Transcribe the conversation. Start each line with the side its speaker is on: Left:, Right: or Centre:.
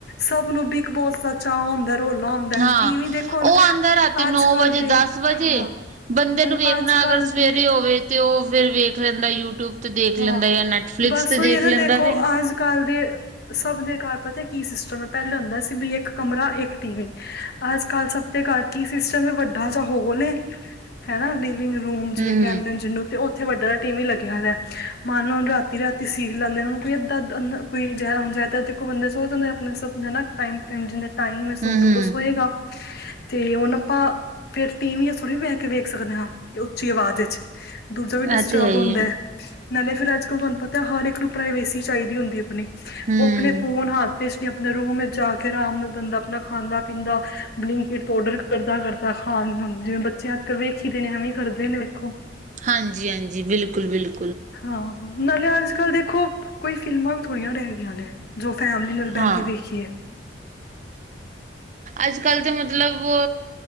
Left: ਸਭ ਨੂੰ ਬਿਗ ਬੋਸ ਦਾ ਚਾਅ ਹੁੰਦਾ ਏ ਰੌਲਾ ਹੁੰਦਾ।
Right: ਹਾਂ
Left: ਟੀਵੀ ਦੇਖੋ ਹੁਣ
Right: ਉਹ ਆਉਂਦਾ ਰਾਤੀ
Left: ਅੱਜ
Right: ਨੌ
Left: ਕੱਲ੍ਹ
Right: ਵਜੇ,
Left: ਦੇ
Right: ਦਸ ਵਜੇ
Left: ਹਾਂ
Right: ਬੰਦੇ
Left: ਹੁਣ
Right: ਨੂੰ ਵੇਖਣਾ
Left: ਅੱਜ ਕੱਲ੍ਹ
Right: ਅਗਰ ਸਵੇਰੇ
Left: ਦੇ
Right: ਹੋਵੇ ਤੇ ਉਹ ਫੇਰ ਵੇਖ ਲੈਂਦਾ ਯੂਟਿਊਬ। ਤੇ ਦੇਖ ਲੈਂਦਾ
Left: ਹਾਂ
Right: ਜਾਂ ਨੈਟਫਲਿਕਸ
Left: ਬਸ
Right: ਤੇ
Left: ਉਹੀ
Right: ਦੇਖ
Left: ਹੈ ਨਾ
Right: ਲੈਂਦਾ
Left: ਦੇਖੋ
Right: ਵੇ।
Left: ਅੱਜ ਕੱਲ ਦੇ ਸਭ ਦੇ ਘਰ ਪਤਾ ਕੀ ਸਿਸਟਮ ਹੈ ਪਹਿਲੇ ਹੁੰਦਾ ਸੀ ਵੀ ਇੱਕ ਕਮਰਾ, ਇੱਕ ਟੀ ਵੀ। ਅੱਜ ਕੱਲ ਸਭ ਦੇ ਘਰ ਕੀ ਸਿਸਟਮ ਹੈ ਵੱਡਾ ਜਾਂ ਹੋਲ ਏ ਹਨਾ। ਡਰਾਇੰਗ ਰੂਮ ਜਿਵੇਂ
Right: ਹੂੰ-ਹੂੰ,
Left: ਕਹਿੰਦੇ ਜਿਨੂੰ ਤੇ ਉੱਥੇ ਵੱਡਾ ਟੀ ਵੀ ਲੱਗੀਆ ਹੋਈਆ ਹੈ। ਮਨ ਲੋ ਹੁਣ ਰਾਤੀ- ਰਾਤੀ ਸੀਰੀਯਲ ਆਉਂਦੇ ਨੇ ਹੁਣ ਕੋਈ ਇੱਦਾਂ ਕੋਈ ਹੁਣ ਜਦਾ ਦੇਖੋ ਬੰਦਾ ਹੁਣ ਸੋ ਜਾਂਦੇ ਆਪਣੇ ਸ ਨਾ ਟਾਈਮ ਟ ਟਮ ਜਿਨੇ ਟਾਈਮ ਹੈ ਤੋ ਸੌਦਾ
Right: ਹੂੰ-ਹੂੰ।
Left: ਤਾਂ ਸੋਏਗਾ ਤੇ ਹੁਣ ਆਪਾਂ ਫੇਰ ਤਿਵੀਂਆ ਥੋੜੀ ਬਹਿ ਕੇ ਵੇਖ ਸਕਦੇ ਹਾਂ ਉੱਚੀ ਆਵਾਜ਼ ਵਿੱਚ। ਦੂਜਾ ਵੀ
Right: ਇਹ
Left: ਡਿਸਟਰਬ
Right: ਤੇ ਹੀ
Left: ਹੁੰਦਾ ਹੈ, ਨਾਲੇ ਫੇਰ ਅੱਜ ਕੱਲ ਤੁਹਾਨੂੰ ਪਤਾ ਹਰ ਇੱਕ ਨੂੰ ਪ੍ਰਾਈਵੇਸੀ ਚਾਹੀਦੀ ਹੁੰਦੀ ਆਪਣੀ।
Right: ਹਮ
Left: ਉਹ ਆਪਣੇ ਫੋਨ ਹਾਥ ਤੇ ਚ ਵੀ ਆਪਣੇ ਰੂਮ ਵਿੱਚ ਜਾ ਕੇ ਆਰਾਮ ਨਾਲ ਬੰਦਾ ਆਪਣਾ ਖਾਂਦਾ- ਪੀਂਦਾ ਬਲਿੰਕਟ ਤੋਂ ਔਡਰ ਕਰਦਾ। ਤਾਂ ਖਾਣ ਹ ਜਿਵੇਂ ਬੱਚੇ ਅੱਜਕਲ ਵੇਖੀ ਦੇ ਨੇ ਐਵੇਂ ਕਰਦੇ ਨੇ ਵੇਖੋ।
Right: ਹਾਂਜੀ- ਹਾਂਜੀ ਬਿਲਕੁਲ- ਬਿਲਕੁਲ।
Left: ਹਾਂ ਨਾਲੇ ਅੱਜ ਕੱਲ ਦੇਖੋ ਕੋਈ ਫਿਲਮਾਂ ਵੀ ਥੋੜੀਆਂ ਰਹਿ ਗਈਆਂ ਨੇ। ਜੋ ਫੈਮਿਲੀ ਨਾਲ ਬਹਿ
Right: ਹਾਂ
Left: ਕੇ ਵੇਖੀਏ।
Right: ਅੱਜ ਕੱਲ ਤਾਂ ਮਤਲਬ